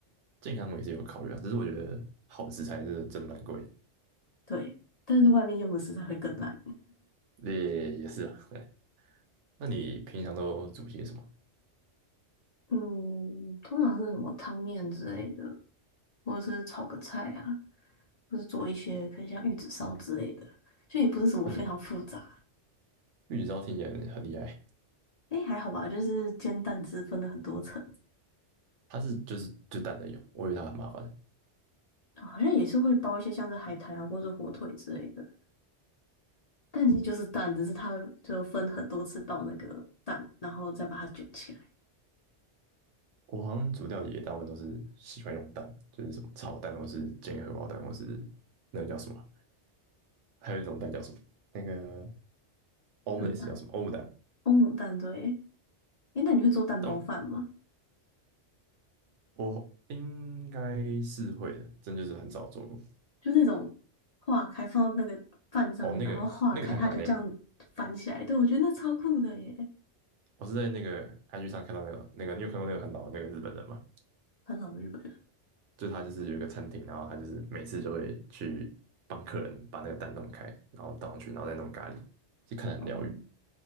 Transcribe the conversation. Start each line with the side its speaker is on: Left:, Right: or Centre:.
Right: 健康我也是有考虑啊，只是我觉得好的食材真的真的蛮贵
Left: 对，但是外面用的食材会更烂。
Right: 的，也也是啊。<laughs> 那你平常都煮些什么？
Left: 嗯，通常是什么汤面之类的，或者是炒个菜啊。或是做一些可能像玉子烧之类的，就也不是什么非常复杂。
Right: 哦，你玉子烧听起来很厉害，
Left: 哎，还好吧，就是煎蛋汁分了很多层，
Right: 它是就是就蛋的有，我以为它很麻烦。的。
Left: 好像也是会包一些像是海苔啊，或是火腿之类的。但其实就是蛋，只是它就分很多次到那个蛋，然后再把它卷起来。
Right: 我好像煮料理也大部分都是喜欢用蛋，就是什么炒蛋，或是煎荷包蛋，或是那个叫什么，还有一种蛋叫什么？那个 omelette
Left: 蒸蛋，
Right: 叫什么？欧姆蛋？
Left: 欧姆蛋，对。诶，那你会做蛋包饭吗？
Right: 但我应该是会的，真就是很少做过。
Left: 就那种化开放到那个饭上面，
Right: 哦，那个那个很难诶，
Left: 然后化开，它就这样翻起来。对，我觉得那超酷的耶，
Right: 我是在那个 IG 上看到那个那个，你有看过那个很老的那个日本人吗？
Left: 很老的日本人。
Right: 就他就是有一个餐厅，然后他就是每次就会去帮客人把那个蛋弄开，然后倒上去，然后再弄咖喱，就看得很疗愈。
Left: 哦